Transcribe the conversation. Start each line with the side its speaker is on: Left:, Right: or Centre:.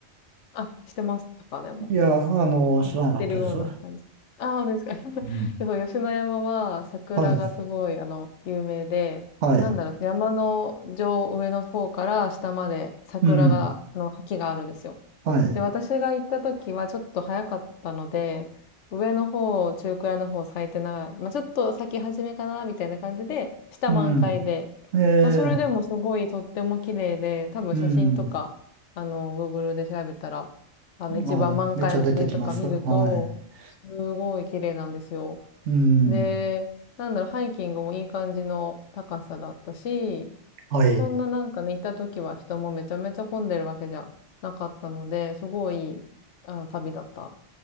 Left: あ、してましたか、でも。
Right: いや、あの、知らなかったです。
Left: なんかしてるような感じ。
Right: う
Left: ああ、ですか。<laughs>
Right: ん。
Left: でそう、吉野山は桜がすごい、
Right: はい。
Left: あの、有名で、
Right: はい。
Left: なんだろう、山の上、上の方から下まで桜が、
Right: うん。
Left: の木があるんですよ。
Right: はい。
Left: で、私が行った時はちょっと早かったので、上の方、中くらいの方咲いてない。まあ、ちょっと咲き始めかな、みたいな感じで、下満開で。
Right: うん。えー、
Left: まあ、それでもすごいとっても綺麗で、多分写真とか、
Right: うん。
Left: あの、Google で調べたら、あの、一番満開の写真とか見ると、
Right: あ、めっちゃ出てきます。はい。
Left: すごい綺麗なんですよ。
Right: うん。
Left: で、なんだろう、ハイキングもいい感じの高さだったし、
Right: はい。
Left: そんななんかね、
Right: え
Left: 行った時は人もめちゃめちゃ混んでるわけじゃなかったので、すごいいい、あの、旅だった